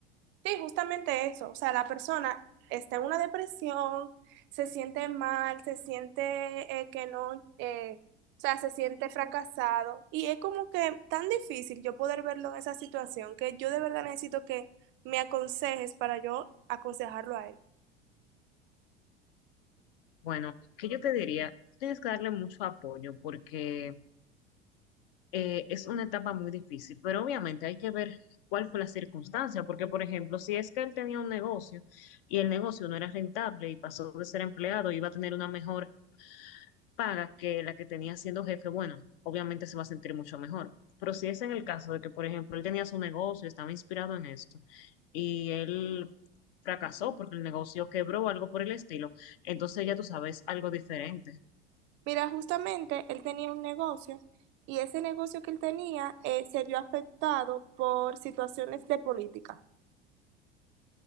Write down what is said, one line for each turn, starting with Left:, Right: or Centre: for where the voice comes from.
Right: Sí, justamente eso. O sea, la persona está en una depresión, se siente mal, se siente eh, que no, eh, o sea, se siente fracasado. Y es como que tan difícil yo poder verlo en esa situación que yo de verdad necesito que me aconsejes para yo aconsejarlo a él.
Left: Bueno, que yo te diría, tienes que darle mucho apoyo porque eh, es una etapa muy difícil, pero obviamente hay que ver cuál fue la circunstancia, porque por ejemplo, si es que él tenía un negocio y el negocio no era rentable y pasó de ser empleado, iba a tener una mejora paga que la que tenía siendo jefe, bueno, obviamente se va a sentir mucho mejor. Pero si es en el caso de que, por ejemplo, él tenía su negocio, estaba inspirado en esto, y él fracasó porque el negocio quebró o algo por el estilo, entonces ya tú sabes algo diferente.
Right: Mira, justamente él tenía un negocio y ese negocio que él tenía eh, se vio afectado por situaciones de política.